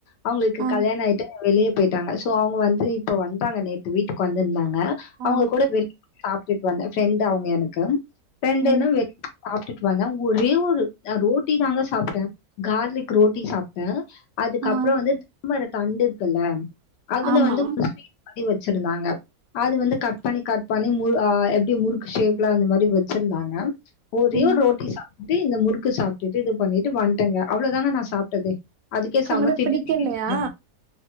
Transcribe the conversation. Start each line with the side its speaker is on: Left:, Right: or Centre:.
Left: அவங்களுக்கு
Right: ஆ
Left: கல்யாண ஆயிட்டு வெளிய போயிட்டாங்க சோ அவங்க வந்து இப்ப வந்தாங்க நேத்து வீட்டுக்கு வந்துருந் ங்க
Right: ஆ
Left: அவுங்க கூட வெளி சாப்ட்டுட்டு வந்த ஃப்ரெண்டு அவுங்க எனக்கு ஃப்ரிண்டூனா
Right: ம்
Left: வே சாப்ட்டுட்டு வந்த ஒரே ஒரு அ ரோட்டி தாங்க சாப்ட கார்லிக் ரோட்டி சாப்ட அதுக்கப்றோ
Right: ஆ
Left: வந்து தாமர தண்டு இர்க்குல அதுல
Right: ஆமா
Left: வந்து <inaudible> மாரி வச்சிருந்தாங்க அது வந்து கட் பண்ணி கட் பண்ணி முறு ஆ எப்டி முறுக்கு ஷேப்ல அந்த மாரி வச்சிருந்தாங்க ஒரே
Right: ம்
Left: ஒரு ரோட்டி சாப்பிட் இந்த முறுக்கு சாப்ட்டுட்டு இது பண்ணிட்டு வன்ட்டங்க அவ்வளோதாங்க நா சாப்ட்டது அதுக்கே செமதிட்டு
Right: உங்களுக்கு பிடிக்கலையா
Left: திட்டிட்டுருந்தாங்க